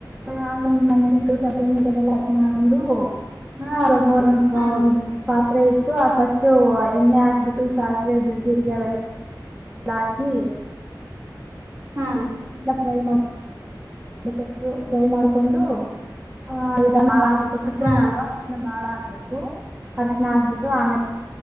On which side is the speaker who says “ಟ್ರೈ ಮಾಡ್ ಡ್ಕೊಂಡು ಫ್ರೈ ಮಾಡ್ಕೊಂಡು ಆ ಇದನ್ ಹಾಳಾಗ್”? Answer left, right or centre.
Right